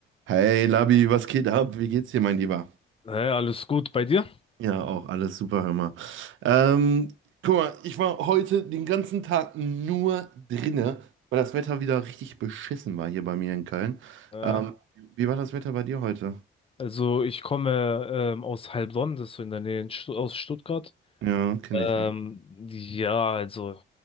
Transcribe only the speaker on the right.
Hey Labi, was geht ab? Wie geht's dir, mein Lieber?
Ja, auch alles super, hör mal. Ähm, guck mal, ich war heute den ganzen Tag nur drinne, weil das Wetter wieder richtig beschissen war hier bei mir in Köln.
Ähm, wie war das Wetter bei dir heute?
Ja, kenne
ich.